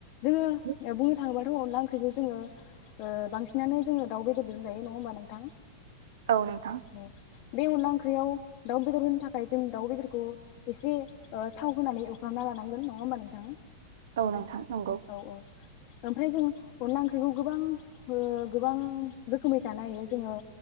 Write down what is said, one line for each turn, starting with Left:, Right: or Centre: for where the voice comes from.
Left: जोङो
Right: औ
Left: बुंनो थाङोबाथ अनला ओंख्रि खौ जोङो ओ बांसिनानो जोङो दाउ बेदरजों जायो नङा होमबा नोंथां
Right: औ नोंथां
Left: औ बे अनला ओंख्रियाव दाउ बेदर होनो थाखाय जों दाउ बेदरखौ एसे ओ थाव होनानै एफ्रामना लानांगोन नङा होमबा नोंथां
Right: औ नोंथां नंगौ
Left: औ औ ओमफ्राय जों अनला ओंख्रिखौ गोबां ओ गोबां रोखोमै जानो हायो जोङो